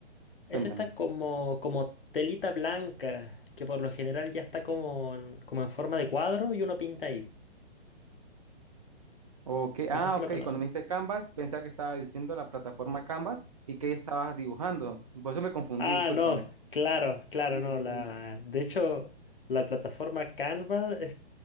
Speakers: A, on the left; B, on the right.
A: es
B: Cuéntame.
A: esta como, como telita blanca que por lo general ya está como en, como en forma de cuadro y uno pinta ahí.
B: Ok,
A: No
B: ah,
A: sé si
B: ok,
A: lo conoces.
B: cuando me dijiste Canvas, pensaba que estaba diciendo la plataforma Canvas y que ahí estabas dibujando. Por eso me confundí,
A: Ah,
B: discúlpame.
A: no, claro, claro,
B: Sí,
A: no. La,
B: sí. yo-
A: de hecho, la plataforma Canva es,